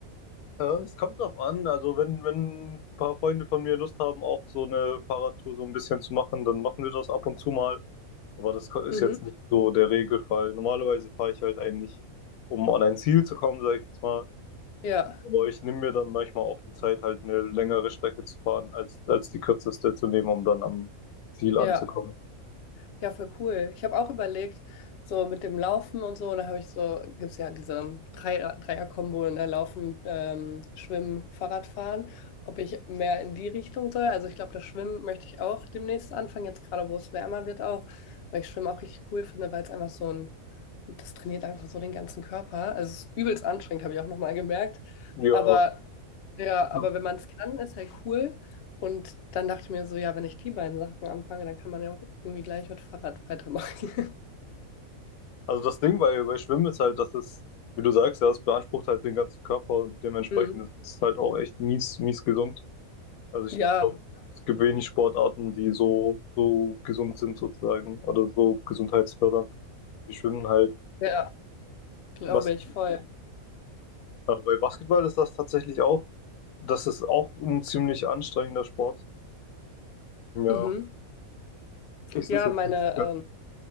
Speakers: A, on the left; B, on the left.
A: Ja, es kommt drauf an. Also wenn, wenn ein paar Freunde von mir Lust haben, auch so eine Fahrradtour so ein bisschen zu machen, dann machen wir das ab und zu mal. Aber das ko- ist
B: Mhm.
A: jetzt nicht so der Regelfall. Normalerweise fahre ich halt eigentlich, um an ein Ziel zu kommen, sage ich jetzt mal.
B: Ja,
A: Aber ich nehme mir dann manchmal auch die Zeit, halt eine längere Strecke zu fahren, als, als die kürzeste zu nehmen, um dann am Ziel
B: ja.
A: anzukommen.
B: Ja, voll cool. Ich habe auch überlegt, so mit dem Laufen und so, und da habe ich so, gibt es ja diese Dreier, Dreier-Kombo, ne, Laufen, ähm, Schwimmen, Fahrradfahren, ob ich mehr in die Richtung soll. Also ich glaube, das Schwimmen möchte ich auch demnächst anfangen, jetzt gerade wo es wärmer wird auch, weil ich Schwimmen auch richtig cool finde, weil es einfach so ein, das trainiert einfach so den ganzen Körper. Also es ist übelst anstrengend, habe ich auch nochmal gemerkt.
A: Ja.
B: Aber ja, aber
A: ja.
B: wenn man es kann, ist halt cool. Und dann dachte ich mir so, ja, wenn ich die beiden Sachen anfange, dann kann man ja auch irgendwie gleich mit Fahrrad weitermachen. <laughs>
A: Also das Ding bei, bei Schwimmen ist halt, dass es, wie du sagst, ja, es beansprucht halt den ganzen Körper und dementsprechend
B: Hm.
A: ist es halt auch echt mies, mies gesund. Also ich
B: Ja,
A: glaube, es gibt wenig Sportarten, die so, so gesund sind sozusagen oder so gesundheitsfördernd wie Schwimmen halt.
B: ja, glaube
A: Was,
B: ich, voll.
A: äh, bei Basketball ist das tatsächlich auch, das ist auch ein ziemlich anstrengender Sport. Ja,
B: Mhm.
A: es
B: Ja,
A: ist jetzt
B: meine,
A: nicht, ja,
B: ähm,